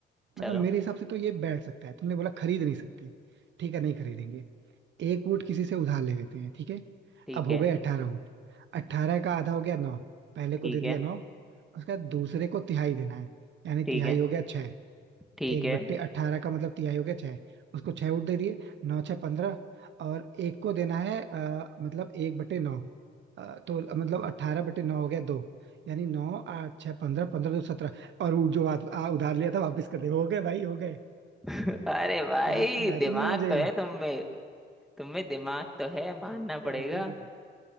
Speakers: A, in the centre; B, on the right (about 65°).
A: चलो
B: मतलब मेरे हिसाब से तो ये बैठ सकता है तुमने बोला खरीद नहीं सकते ठीक है नहीं खरीदेंगे एक वोट किसी से उधार ले लेते हैं ठीक है
A: ठीक
B: अब हो
A: है
B: गए अठारह वोट अठारह का आधा हो गया नौ पहले
A: ठीक
B: को दे दिया
A: है
B: नौ उसके बाद दूसरे को तिहाई देना है यानी
A: ठीक
B: तिहाई
A: है
B: हो गया छह
A: ठीक
B: एक
A: है
B: बट्टे अट्ठारह का मतलब तिहाई हो गया छह उसको छह वोट दे दिए नौ छह पंद्रह और एक को देना है अ, मतलब एक बट्टे नौ अ, तो मतलब अट्ठारह बटे नौ हो गया दो यानी नौ आठ छह पंद्रह पंद्रह दो सत्रह और वो जो आ, आ, उधार लिया था वापस कर दे हो गए भाई हो गए
A: <laughs> अरे भाई
B: क्या समझाया
A: दिमाग
B: तुमने मुझे
A: तो है तुम में तुम में दिमाग तो है मानना
B: हाँ,
A: पड़ेगा
B: क्या भाई